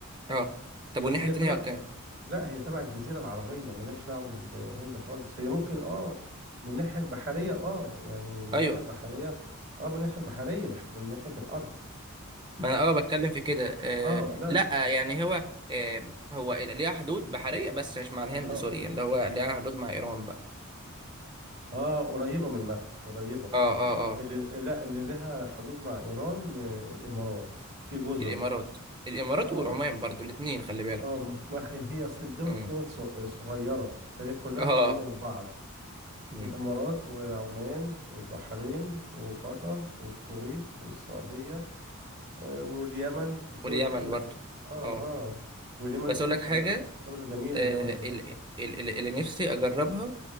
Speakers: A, on the right; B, on the right.
A: اه طب
B: بس
A: والناحية
B: هي
A: التانية
B: تبع
A: كام
B: لا هي تبع الجزيرة العربية ملهاش دعوة بالهند خالص هي ممكن اه من الناحية البحرية اه يعني من
A: ايوه
B: الناحية البحرية اه من الناحية البحرية مش من ناحية الأرض
A: ما انا اه بتكلم في كده آه
B: اه لا
A: لا يعني هو آه هو ليها حدود بحرية بس مش مع الهند
B: اه
A: سوريا اللي هو ليها حدود مع ايران بقى
B: اه قريبة منها قريبة
A: اه اه اه
B: اللي لا اللي لها حدود مع إيران آه، الإمارات في جزر
A: الامارات الامارات
B: اه
A: والعمان برضو الاتنين خلي بالك
B: اه ما ما هي هي أصل الدول
A: امم
B: دي دول ص- صغيرة فهي كلها
A: اه
B: قريبة من بعض
A: امم
B: الإمارات وعمان والبحرين وقطر والكويت والسعودية آه، واليمن الدول
A: واليمن
B: دي كلها
A: برضو
B: ك- اه
A: اه
B: اه واليمن
A: بس
B: دي
A: اقول لك
B: خلي
A: حاجة
B: بالك دولة جميلة
A: آه
B: اليمن دي برضه
A: ال- ال- ال- اللي نفسي اجربها